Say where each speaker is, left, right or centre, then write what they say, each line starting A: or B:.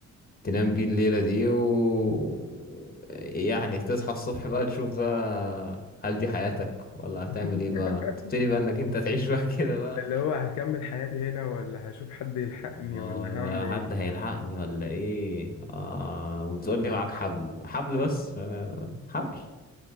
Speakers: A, on the left; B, on the left.
A: تنام بيه الليلة دي و يعني تصحى الصبح بقى تشوف بقى هل دي حياتك ولا
B: <laughs>
A: هتعمل ايه بقى تبتدي بقى انك انت تعيش <laughs> بقى كده بقى
B: اللي هو هكمل حياتي هنا ولا هشوف حد يلحقني
A: ما
B: ولا
A: ولا
B: هعمل إيه
A: حد هيلحقني ولا ايه آه وتقول لي معاك حبل حبل بس آه، حبل